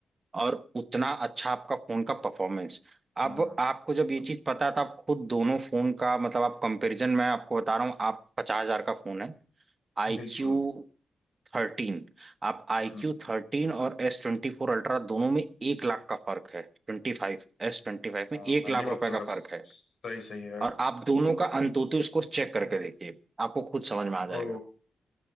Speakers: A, on the right; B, on the left.
A: और उतना अच्छा आपका फोन का परफॉर्मेंस
B: हम्म,
A: अब आपको जब ये चीज पता था आप खुद दोनों फोन का मतलब आप कंपैरिजन मैं आपको बता रहा हूँ आप पचास हजार का फोन है आई
B: बिल्कुल
A: क्यू थर्टीन आप आई
B: हम्म।
A: क्यू थर्टीन और एस ट्वेंटी फोर अल्ट्रा दोनों में एक लाख का फर्क है twenty five S twenty five
B: हाँ
A: में एक लाख
B: ये बात
A: रुपए
B: तो
A: का
B: है सही
A: फर्क है
B: सही है
A: और आप दोनों का अंतोतु स्कोर चेक करके देखिए आपको खुद समझ में आ
B: ओ
A: जाएगा